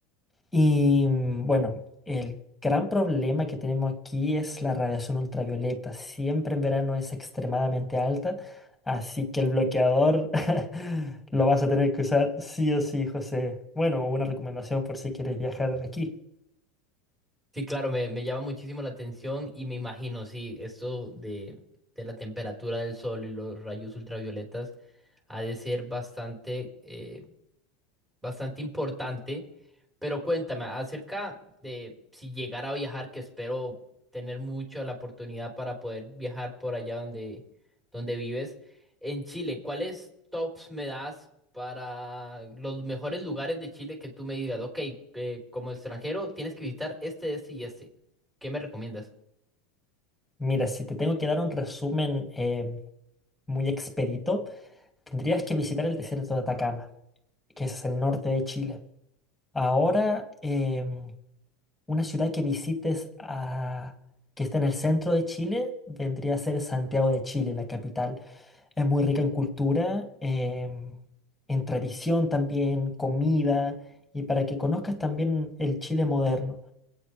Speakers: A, in the centre; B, on the right.
A: Y mm, bueno, el gran problema que tenemos aquí es la radiación ultravioleta. Siempre en verano es extremadamente alta, así que el bloqueador <laughs> lo vas a tener que usar sí o sí, José. Bueno, una recomendación por si quieres viajar aquí.
B: Sí, claro, me, me llama muchísimo la atención y me imagino, sí, esto de, de la temperatura del sol y los rayos ultravioletas ha de ser bastante, eh, bastante importante. Pero cuéntame acerca de si llegara a viajar, que espero tener mucho la oportunidad para poder viajar por allá donde, donde vives. En Chile, ¿cuáles tops me das para los mejores lugares de Chile que tú me digas, ok, eh, como extranjero tienes que visitar este, este y este? ¿Qué me recomiendas?
A: Mira, si te tengo que dar un resumen eh, muy expedito, tendrías que visitar el desierto de Atacama, que ese es el norte de Chile. Ahora, em, Una ciudad que visites a- que está en el centro de Chile vendría a ser Santiago de Chile, la capital. Es muy rica en cultura, em, en tradición también, comida, y para que conozcas también el Chile moderno.